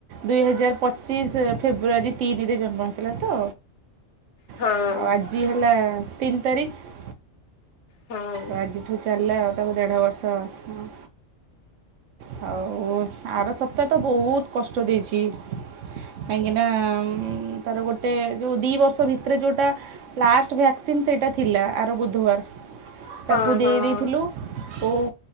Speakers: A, on the right; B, on the left.
A: ଦୁଇ ହଜାର ପଚିଶ ଫେବୃଆରୀ ତିନିରେ ଜନ୍ମ ହେଇଥିଲା ତ
B: ହଁ।
A: ଆଉ ଆଜି ହେଲା ତିନି ତାରିଖ
B: ହଁ।
A: ଆଉ ଆଜିଠୁ ଚାଲିଲା ଆଉ ତାକୁ ଦେଢ଼ ବର୍ଷ ହ। ହଉ ଆର ସପ୍ତାହ ତ ବହୁତ କଷ୍ଟ ଦେଇଛି। କାହିଁକି ନା ତାର ଗୋଟେ ଯୋଉ ଦି ବର୍ଷ ଭିତରେ ଯୋଉଟା ଲାଷ୍ଟ ଭ୍ୟାକ୍ସିନ୍ ସେଇଟା ଥିଲା ଆର ବୁଧବାର ତାକୁ
B: ହଁ
A: ଦେଇ
B: ହଁ
A: ଦେଇଥିଲୁ ଓ